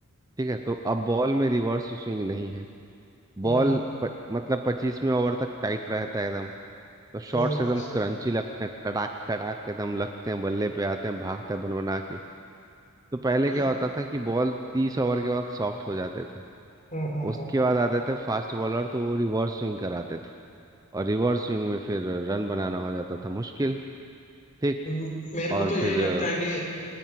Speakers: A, on the right; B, on the left.
A: ठीक है तो अब बॉल में रिवर्स स्विंग नहीं है
B: हम्म,
A: बॉल प, मतलब पच्चीसवें ओवर तक टाइट रहता है एकदम तो शॉट्स
B: ये भी बात
A: एकदम
B: सही
A: क्रंची
B: है
A: लगते हैं टड़ाक टड़ाक एकदम लगते हैं बल्ले पे आते हैं भागता है बन बना के तो पहले
B: ये-
A: क्या होता था कि बॉल तीस ओवर के बाद सॉफ्ट हो जाते थे
B: हम्म हम्म
A: उसके बाद आते थे फास्ट बॉलर तो वो रिवर्स स्विंग कराते थे और रिवर्स स्विंग में फिर रन बनाना हो जाता था मुश्किल ठीक
B: हम्म म- मेरे को
A: और
B: तो यही
A: फिर
B: लगता
A: अ,
B: है कि